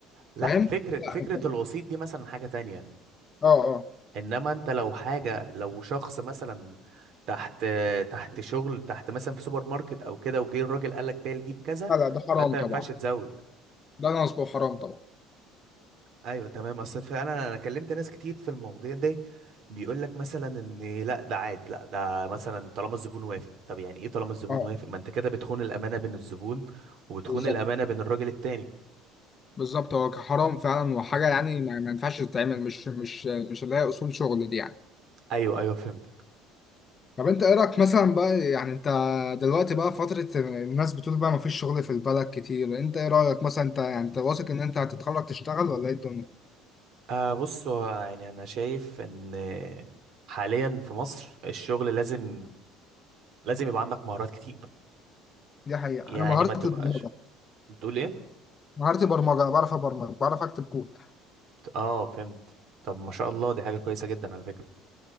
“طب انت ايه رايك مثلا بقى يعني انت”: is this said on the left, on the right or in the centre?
Left